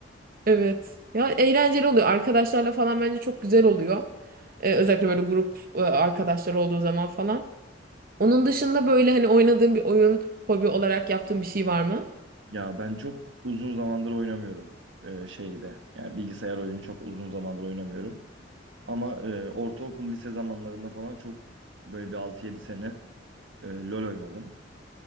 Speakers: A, on the right; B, on the right.
A: Evet. Ya eğlenceli oluyor. Arkadaşlarla falan bence çok güzel oluyor. Ee, özellikle böyle grup e, arkadaşlar olduğu zaman falan. Onun dışında böyle hani oynadığın bir oyun, hobi olarak yaptığın bir şey var mı?
B: Ya ben çok uzun zamandır oynamıyorum e, şeyde. Yani bilgisayar oyunu çok uzun zamandır oynamıyorum. Ama e, ortaokul lise zamanlarında falan çok böyle bir altı yedi sene e, LoL oynadım.